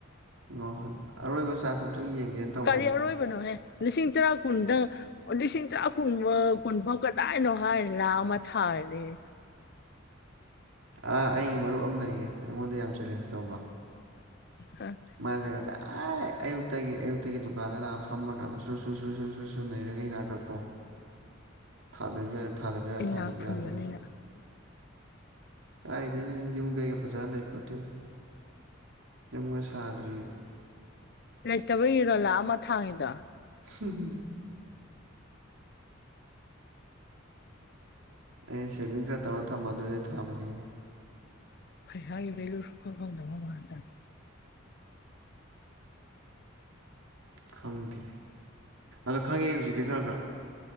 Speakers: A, on the right; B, on the left.
A: ꯉꯍꯜ ꯑꯔꯣꯏꯕ ꯆꯥꯔꯖ ꯑꯝꯇꯪ ꯌꯦꯡꯒꯦꯅ ꯇꯧꯕꯅꯤꯗ
B: ꯀꯔꯤ ꯑꯔꯣꯏꯕꯅꯣꯍꯦ ꯂꯤꯁꯤꯡ ꯇꯔꯥ ꯀꯨꯟꯗꯪ ꯑꯣ ꯂꯤꯁꯤꯡ ꯇꯔꯥ ꯀꯨꯟ ꯀꯨꯟꯐꯥꯎ ꯀꯗꯥꯏꯅꯣ ꯍꯥꯏ ꯂꯥ ꯑꯃ ꯊꯥꯍꯜꯂꯦꯌꯦ
A: ꯑ ꯑꯩꯒꯤ ꯃꯔꯨꯞ ꯑꯃ ꯂꯩꯌꯦ ꯑꯩꯉꯣꯟꯗ ꯌꯥꯝ ꯆꯦꯂꯦꯟꯖ ꯇꯧꯕ
B: ꯑ
A: ꯃꯥꯜꯖꯦ ꯑ ꯑꯌꯨꯛꯇꯒꯤ ꯑꯌꯨꯛꯇ ꯑꯦꯛꯒꯤ ꯗꯨꯀꯥꯟꯗ ꯂꯥꯛꯑ ꯐꯃ ꯀꯥꯟꯗ ꯁ ꯁ ꯁ ꯁ ꯅꯩꯔꯒ ꯍ ꯏꯅꯥꯛꯇ ꯀꯣ ꯥ ꯌꯥ ꯊꯥꯗꯕ ꯌꯥꯔꯣꯏ
B: ꯏꯅꯥ
A: ꯊꯥꯗꯕ
B: ꯈꯨꯟꯕꯅꯤꯅ
A: ꯌꯥꯔꯣꯏꯅ ꯀꯔꯥꯏꯗꯩꯅꯣꯍꯦ ꯌꯨꯝ ꯀꯩꯒ ꯐꯖꯅ ꯂꯩ ꯄꯣꯠꯇꯦꯗ ꯌꯨꯝꯒ ꯊꯥꯗ꯭ꯔꯤꯕ
B: ꯂꯩꯇꯕ ꯏꯔꯣ ꯂꯥꯛꯑ ꯑꯃ ꯊꯥꯡꯉꯤꯗꯣ
A: ꯍꯝ ꯍꯨꯝ ꯑꯩꯅ ꯁꯦꯚꯤꯡ ꯈꯔ ꯇꯧꯔ ꯊꯝꯕ ꯑꯗꯨꯗꯩ ꯊꯥꯕꯅꯦꯍꯦ
B: ꯄꯩꯁꯥꯒꯤ ꯚꯦꯂꯨ ꯁꯨꯈꯪ ꯈꯪꯗꯕ ꯃꯥꯥꯟꯗꯅ
A: ꯈꯪꯗꯦ ꯑꯗꯣ ꯈꯪꯉꯦ ꯍꯧꯖꯤꯛꯇꯤ ꯈꯔ ꯈꯔ